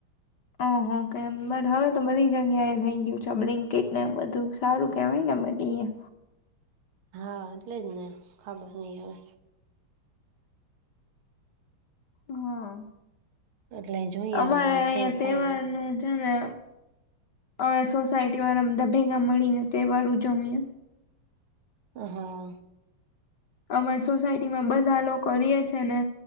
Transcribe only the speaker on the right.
હા એટલે જ ને ખબર નહી હવે
એટલે જોઈએ
હવે
શું થાય
બધું
હા